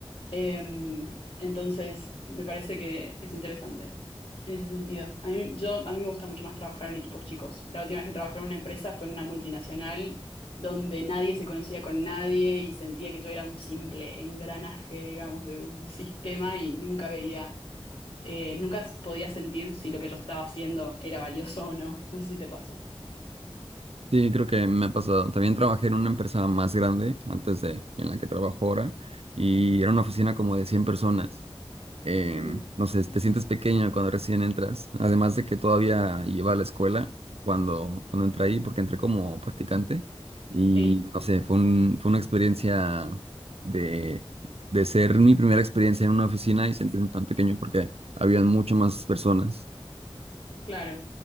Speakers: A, on the left (about 60°); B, on the right (about 80°).
A: eh, entonces, me parece que es interesante en ese sentido. A mí, yo, a mí me gusta mucho más trabajar en equipos chicos. La última vez que trabajé en una empresa fue en una multinacional donde nadie se conocía con nadie y sentía que yo era un simple engranaje, digamos, de un sistema y nunca veía, eh, nunca podía sentir si lo que yo estaba haciendo era valioso o no. No sé si te pasó.
B: Sí, creo que me ha pasado. También trabajé en una empresa más grande antes de en la que trabajo ahora y era una oficina como de 100 personas. eh,
A: Ujú.
B: no sé, te sientes pequeño cuando recién entras, además de que todavía iba a la escuela cuando, cuando entré ahí, porque entré como practicante y
A: Sí.
B: no sé, fue un, fue una experiencia de, de ser mi primera experiencia en una oficina y sentirme tan pequeño porque habían muchas más personas.
A: Claro,